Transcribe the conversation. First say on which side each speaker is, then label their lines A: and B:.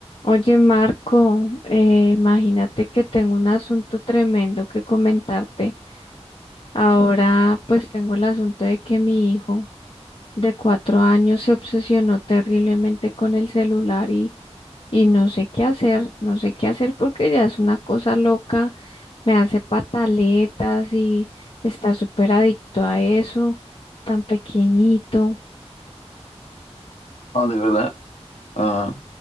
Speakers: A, on the left (about 55°); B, on the left (about 70°).
A: Oye, Marco, eh, imagínate que tengo un asunto tremendo que comentarte. Ahora pues tengo el asunto de que mi hijo de cuatro años se obsesionó terriblemente con el celular y, y no sé qué hacer, no sé qué hacer porque ya es una cosa loca, me hace pataletas y está súper adicto a eso, tan pequeñito.
B: Ah, de verdad. Ah,